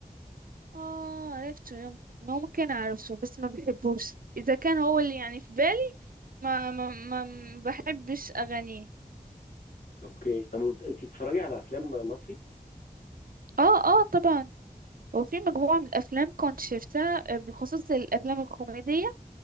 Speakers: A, on the right; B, on the left.
A: اه عرفته يم- ممكن اعرفه بس ما بحبوش اذا كان هو اللي يعني في بالي ما ما ما ما بحبش اغانيه
B: اوكي طب وبت- انت بتتفرجي على افلام مصري
A: اه اه طبعا وفي مجموعة من الأفلام كنت شفتها آه، بالخصوص الأفلام الكوميدية